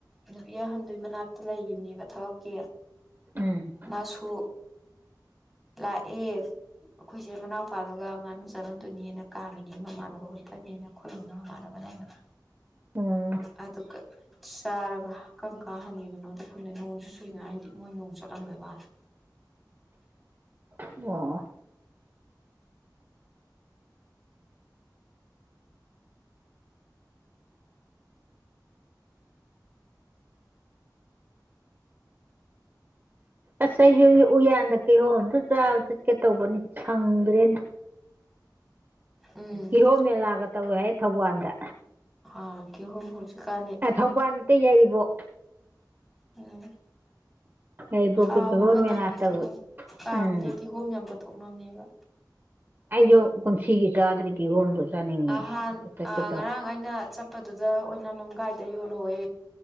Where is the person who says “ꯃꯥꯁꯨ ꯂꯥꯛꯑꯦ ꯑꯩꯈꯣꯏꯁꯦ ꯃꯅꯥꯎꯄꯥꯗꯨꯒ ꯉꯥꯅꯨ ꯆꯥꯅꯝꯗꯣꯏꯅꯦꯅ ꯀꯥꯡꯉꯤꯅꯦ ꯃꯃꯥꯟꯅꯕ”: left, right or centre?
Centre